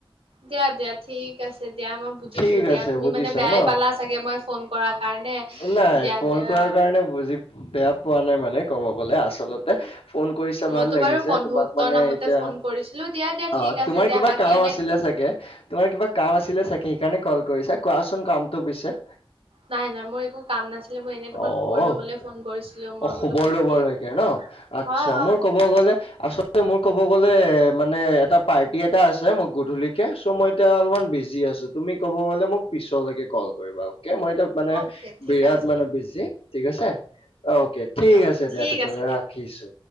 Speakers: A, on the right; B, on the left.
A: দিয়া দিয়া। ঠিক আছে দিয়া মই বুজিছোঁ
B: ঠিক
A: দিয়া,
B: আছে
A: তুমি
B: বুজিছা
A: মানে বেয়াই
B: ন?
A: পালা চাগে মই ফোন কৰাৰ কাৰণে।
B: নাই
A: দিয়া
B: ফোন
A: দিয়া
B: কৰাৰ কাৰণে বুজি বেয়া পোৱা নাই মানে ক'ব গ'লে আচলতে। ফোন কৰিছো
A: মইতো
B: ভাল লাগিছে,
A: বাৰু বন্ধুত্বৰ
B: তোমাক মানে
A: নামতে
B: এতিয়া
A: ফোন কৰিছিলো দিয়া দিয়া ঠিক
B: অ'
A: আছে
B: তোমাৰ
A: দিয়া
B: কিবা
A: বাকী
B: কাম
A: এনে
B: আছিলে চাগে, তোমাৰ কিবা কাম আছিলে চাগে সেইকাৰণে কল কৰিছা? কোৱাচোন কামটো পিছে?
A: নাই নাই মই একো কাম নাছিলে, মই এনেই তোমাৰ
B: অ।
A: খবৰ লবলে ফোন কৰিছিলো,
B: অ
A: মই
B: খবৰ
A: বোলো ক'ত
B: ল'বৰ
A: কি
B: লৈকে ন আচ্ছা
A: হয় হয়
B: মোৰ কব গলে আচলতে মোৰ কব গলে মানে এটা পাৰ্টি এটা আছে মই গধূলিকে চ' মই এতিয়া অলপমান বিজি আছো। তুমি ক'ব গ'লে মোক পিছলৈকে কল কৰিবা অকে। মই এতিয়া মানে
A: অ'কে ঠিক
B: বিৰাট
A: আছে
B: মানে বিজি ঠিক আছে। অকে ঠিক
A: অ'কে
B: আছে
A: ঠিক
B: দিয়া, তেতিয়া
A: আছে
B: হ'লে
A: দিয়া
B: ৰাখিছো।